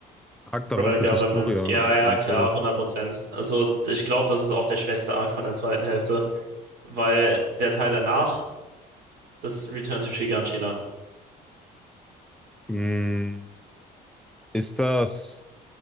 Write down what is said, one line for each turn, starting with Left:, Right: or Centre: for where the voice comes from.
Centre: Arc darauf
Right: Royal Government,
Centre: mit Historia
Right: ja,
Centre: und
Right: ja, klar,
Centre: so.
Right: hundert Prozent Also ich glaube, das ist auch der schwächste Arc von der zweiten Hälfte, weil der Teil danach ist Return to Shiganshina,
Centre: Hm, ist das.